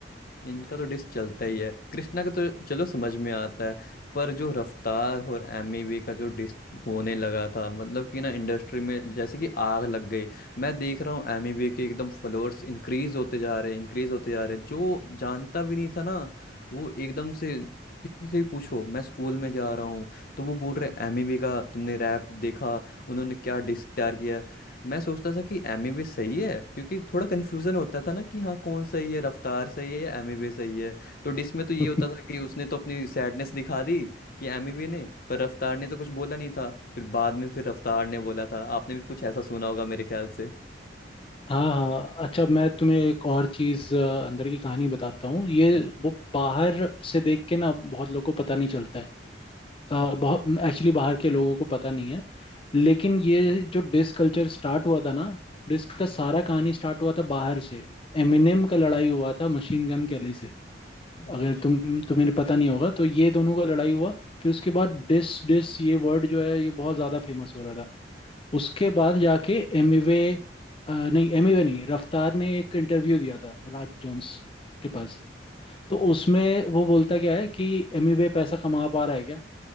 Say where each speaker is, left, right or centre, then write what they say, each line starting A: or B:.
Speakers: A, on the left (about 50°); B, on the left (about 30°).
A: इनका तो डिस चलता ही है कृष्णा का तो चलो समझ में आता है पर जो रफ्तार और एमिवे का जो डिस होने लगा था मतलब कि ना इंडस्ट्री में जैसे कि आग लग गई मैं देख रहा हूँ एमिवे के एकदम फॉलोअर्स इंक्रीज होते जा रहे हैं इंक्रीज होते जा रहे हैं जो जानता भी नहीं था ना वो एकदम से किसी से भी पूछो मैं स्कूल में जा रहा हूँ तो वो बोल रहे एमिवे का तुमने रैप देखा उन्होंने क्या डिस तैयार किया है। मैं सोचता था कि एमिवे सही है क्योंकि थोड़ा कन्फ्यूजन होता था ना कि हाँ कौन सही है रफ्तार सही है या एमिवे सही है तो डिस में तो ये
B: हम्म
A: होता था कि उसने तो अपनी सैडनेस दिखा दी कि एमिवे ने पर रफ्तार ने तो कुछ बोला नहीं था फिर बाद में फिर रफ्तार ने बोला था आपने भी कुछ ऐसा सुना होगा मेरे ख्याल से
B: हाँ हाँ अच्छा मैं तुम्हें एक और चीज अंदर की कहानी बताता हूँ ये
A: हम्म।
B: वो बाहर से देख के ना बहुत लोगों को पता नहीं चलता है अ, बहुत एक्चुअली बाहर के लोगों को पता नहीं है लेकिन ये जो डिस कल्चर स्टार्ट हुआ था ना डिस का सारा कहानी स्टार्ट हुआ था बाहर से एमिनेम का लड़ाई हुआ था मशीन गन कैली से
A: अच्छा
B: अगर तुम तुम्हें पता नहीं होगा तो ये दोनों का लड़ाई हुआ फिर उसके बाद डिस डिस ये वर्ड जो है ये बहुत ज्यादा फेमस हो रहा था उसके बाद जाके एमिवे नहीं एमिवे नहीं रफ्तार ने एक इंटरव्यू दिया था राज जोन्स के पास तो उसमें वो बोलता क्या है कि एमिवे पैसा कमा पा रहा है क्या